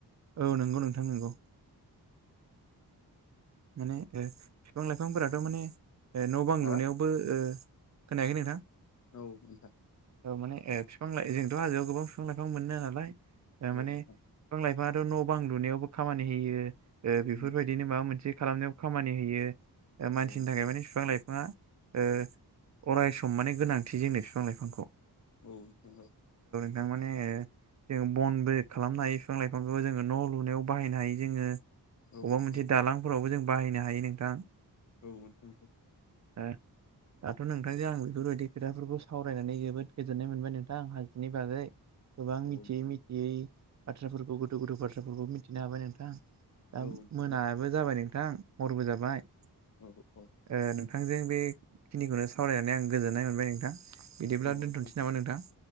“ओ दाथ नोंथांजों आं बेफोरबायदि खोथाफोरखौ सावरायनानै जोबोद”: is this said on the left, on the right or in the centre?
Right